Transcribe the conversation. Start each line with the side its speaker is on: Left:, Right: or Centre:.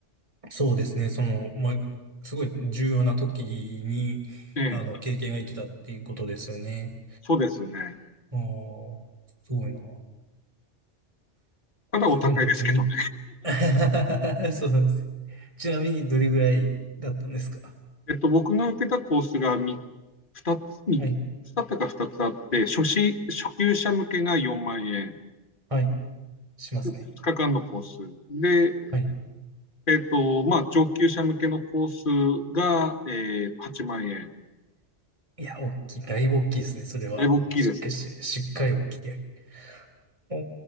Right: そうですね。その、まあ、すごい重要な時に、
Left: ええ、
Right: あの、経験が生きたっていうことですよね。
Left: そうですね。
Right: ああ、すごいな。
Left: ただお高いですけどね。
Right: そういうのが自分も、<laughs> そうなんです。ちなみにどれぐらいだったんですか
Left: えっと、僕が受けたコースがみ2つ、三つだったか2つあって、
Right: はい。
Left: 初心、初級者向けが4万円、
Right: はい。しますね。
Left: 2日間のコース。で、
Right: はい
Left: えっと、まあ、上級者向けのコースが、えー、8万円。
Right: いや、大きい、だいぶ大きいですね、それは。
Left: だいぶ大きいですね。
Right: しっかりし、しっかり大きい。お